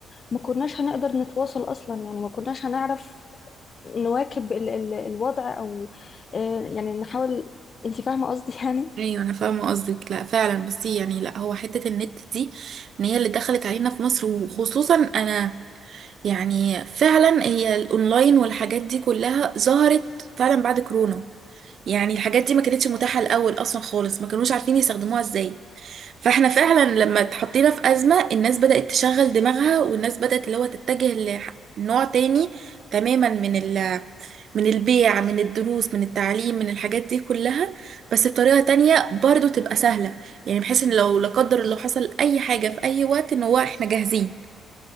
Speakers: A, on the left (about 40°); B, on the right (about 60°).
A: ما كناش هنقدر نتواصل أصلا يعني ما كناش هنعرف نواكب ال... ال... الوضع أو آه، يعني نحاول أنت فاهمة قصدي <laughs> يعني
B: ايوه انا فاهمة قصدك لا فعلا بصي يعني لا هو حتة النت دي ان هي اللي دخلت علينا في مصر وخصوصا انا يعني فعلا هي الاونلاين والحاجات دي كلها ظهرت فعلا بعد كورونا يعني الحاجات دي ما كانتش متاحة الأول أصلا خالص ما كانوش عارفين يستخدموها ازاي فاحنا فعلا لما اتحطينا في أزمة الناس بدأت تشغل دماغها والناس بدأت اللي هو تتجه لنوع تاني تماما من ال من البيع من الدروس من التعليم من الحاجات دي كلها بس بطريقة تانية برضو تبقى سهلة يعني بحيث ان لو لا قدر الله حصل أي حاجة في أي وقت ان هو احنا جاهزين